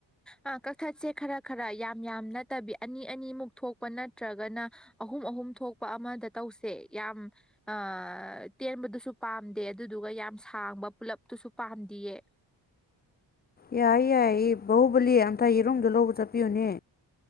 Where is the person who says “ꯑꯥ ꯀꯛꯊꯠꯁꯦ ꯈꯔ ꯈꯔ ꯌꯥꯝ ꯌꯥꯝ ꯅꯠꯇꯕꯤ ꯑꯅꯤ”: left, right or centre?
Centre